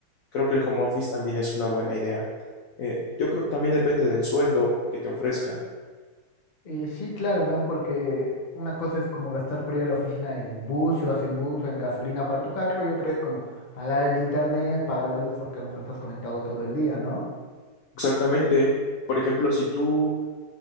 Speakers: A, on the left; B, on the left.
A: creo que el home office también es una buena idea. Eh, yo creo que también depende del sueldo que te ofrezcan.
B: Eh, sí, claro, ¿no? Porque una cosa es como gastar para ir a la oficina en bus, si vas en bus o en gasolina para tu carro, y otra es como pagar el internet, pagar la luz, porque a lo mejor estás conectado todo el día, ¿no?
A: Exactamente. Por ejemplo, si tú,